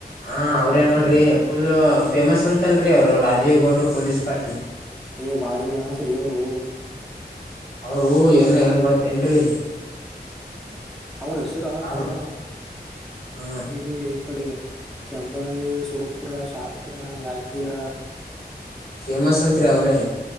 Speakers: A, on the left (about 60°); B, in the centre.
A: ಹ ಅವ್ರೇ ನೋಡ್ರಿ ಪುಲ್ ಫೇಮಸ್ ಅಂತಲ್ರಿ ಅವ್ರು ರಾಜೀವ್ ಗೌಡರು ಪೊಲೀಸ್ ಪಾಟ್ಲ್.
B: ಈಗ ಭಾರಿ ಫೇಮಸ್ ರೀ ಅವರು.
A: ಅವ್ರೂ ಏನ್ ಹೆಂಗ ಗೊತ್ತೇನ್ರರಿ.
B: ಅವ್ರ ಹೆಸಿರ
A: ಅವರು
B: ಪ
A: ಹ
B: ಇಡೀ ಈ ಕಡೆ. ಕೆಂಬಾವಿ ಸುರಪುರ ಶಾಪುರ ಯಾದಗಿರ.
A: ಫೇಮಸ್ ಅಂತ್ರಿ ಅವ್ರೆ.